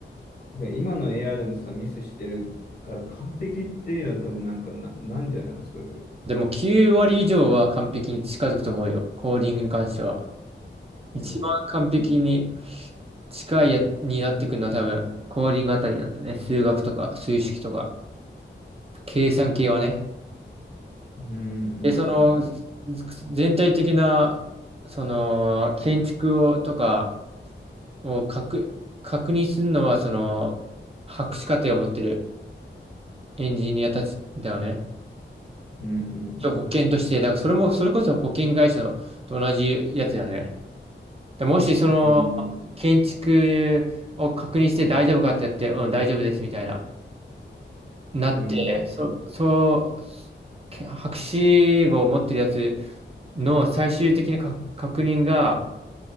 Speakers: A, on the left; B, on the right.
A: で、今の AI でもさ、ミスしてるから完璧っていうのは多分なんかな、なんじゃないの、すぐ。
B: でも9割以上は完璧に近づくと思うよ。コーディングに関しては。一番完璧に
A: うん。
B: 近いやになってくるのは多分、コーディングあたりなんだよね。数学とか、数式とか、計算系はね。
A: うん、
B: で、その、
A: うん、
B: 全体的な、その、建築を、とかを確、確認するのは、その、博士課程を持ってるエンジニアたちだよね。
A: うん、う
B: 一応保険として、
A: ん、
B: だからそれも、それこそ保険会社のと同じやつだよね。でもし、その、
A: うん、
B: 建築を確認して大丈夫かってやって、うん、大丈夫ですみたいな。なって、
A: うん、
B: そ、
A: うん、
B: そう、け博士号を持ってるやつの最終的なか確認が、